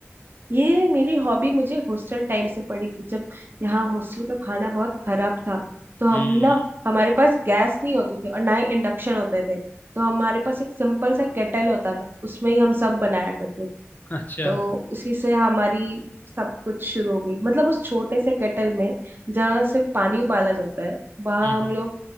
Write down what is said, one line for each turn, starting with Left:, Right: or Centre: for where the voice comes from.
Right: ये मेरी हॉबी मुझे हॉस्टल टाइम से पड़ी थी जब यहाँ हॉस्टल का खाना बहुत खराब था तो
Left: हम्म
Right: हम ना हमारे पास गैस नहीं होती थी और ना ही इंडक्शन होते थे तो हमारे पास एक सिंपल सा केटल होता था उसमें ही हम सब बनाया करते थे
Left: अच्छा
Right: तो उसी से हमारी सब कुछ शुरू हो गई मतलब उस छोटे से केटल में जहाँ सिर्फ पानी उबाला जाता है वहां
Left: हम्म
Right: हम लोग